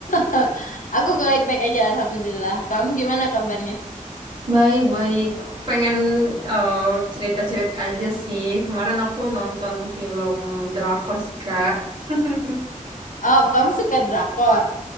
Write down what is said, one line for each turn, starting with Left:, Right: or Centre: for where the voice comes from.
Left: <laughs>
Right: Hmm.
Left: Aku baik-baik aja, Alhamdulillah. Kamu gimana kabarnya?
Right: Baik-baik, pengen eh, cerita-cerita aja sih. Kemarin aku nonton film drakor sih Kak. <laughs>
Left: Oh, kamu suka drakor?